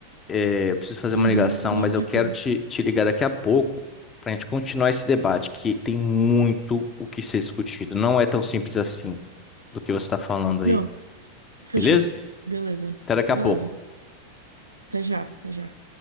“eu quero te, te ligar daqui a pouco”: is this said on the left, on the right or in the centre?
Left